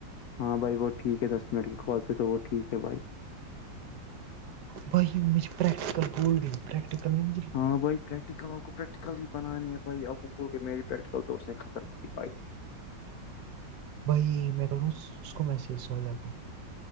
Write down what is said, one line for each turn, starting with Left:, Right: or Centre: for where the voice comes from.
Left: ہاں بائی وہ ٹھیک ہے دس منٹ کی کال پہ تو وہ ٹھیک ہے بھائی
Right: بائی میں جو پرییکٹکل گول پریکٹیکل نہیں بھی
Left: ہاں بھائی پریکٹیکل آپ کو پریکٹیکل بھی بنانی ہے بائی آپ کو بول کے میری پریکٹیکل دوست نے ختم کی بھائی
Right: بھائی میں کروں اس کو میسج اللہ کو